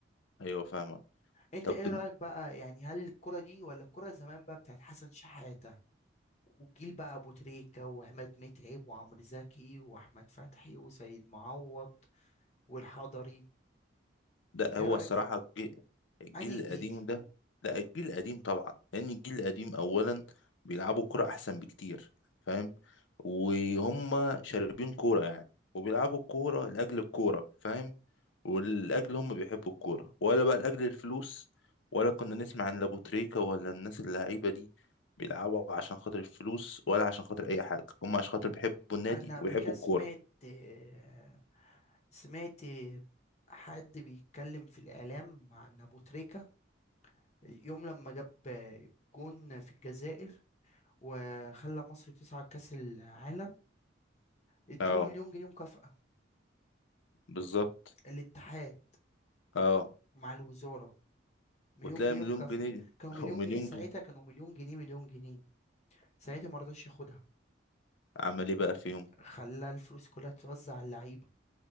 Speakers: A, on the left; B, on the left.
A: ايوه فاهمك
B: انت
A: طب
B: ايه
A: بن-
B: رأيك بقى يعني هل الكرة دي ولا الكرة زمان بقى بتاعت حسن شحاتة والجيل بقى ابو تريكة وعماد متعب وعمرو زكي واحمد فتحي وسيد معوض والحضري
A: لا
B: ايه
A: هو
B: رأيك
A: الصراحة
B: في
A: الجي- الجيل
B: انهي
A: القديم
B: جيل
A: ده لا الجيل القديم طبعا لان الجيل القديم اولا بيلعبوا كرة احسن بكتير فاهم وهم شاربين كورة يعني وبيلعبوا الكورة لأجل الكورة فاهم والأجل هم بيحبوا الكورة ولا بقى لأجل الفلوس ولا كنا نسمع عن لابوتريكا ولا الناس اللعيبة دي بيلعبوا عشان خاطر الفلوس ولا عشان خاطر أي حاجة هم عشان خاطر بيحبوا النادي
B: انا
A: ويحبوا
B: قبل كده سمعت
A: الكورة
B: آه، سمعت حد بيتكلم في الاعلام عن ابو تريكة يوم لما جاب جون في الجزائر وخلى مصر تصعد كاس العالم ادوا
A: اه
B: مليون جنيه مكافأة
A: بالظبط
B: الاتحاد
A: اه
B: مع الوزارة مليون
A: وتلاقي
B: جنيه
A: مليون
B: مكافأة
A: جنيه دي
B: كانوا
A: <laughs>
B: مليون
A: ومليون
B: جنيه ساعتها
A: جنيه
B: كانوا مليون جنيه مليون جنيه ساعتها ما رضاش ياخدها
A: عمل ايه بقى فيهم
B: خلى الفلوس كلها توزع على اللعيبة